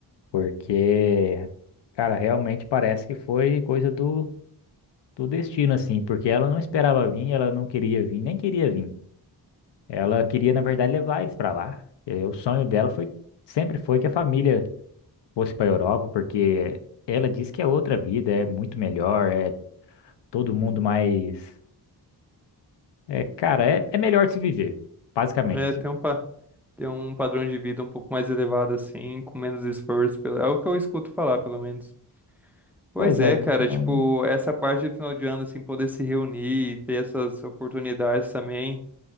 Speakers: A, on the left; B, in the centre.
A: Porque, cara, realmente parece que foi coisa do, do destino, assim, porque ela não esperava vir, ela não queria vir, nem queria vir. Ela queria, na verdade, levar eles pra lá. Eh, o sonho dela foi, sempre foi que a família fosse pra Europa, porque ela diz que é outra vida, é muito melhor, é todo mundo mais. É, cara, é, é melhor de se viver, basicamente,
B: É,
A: assim.
B: ter um, pa- ter um padrão de vida um pouco mais elevado assim, com menos esforço, pelo- é o que eu escuto falar, pelo menos. Pois
A: Pois
B: é,
A: é,
B: cara, tipo,
A: não-
B: essa parte do final de ano, assim, poder se reunir e ter essas oportunidades também,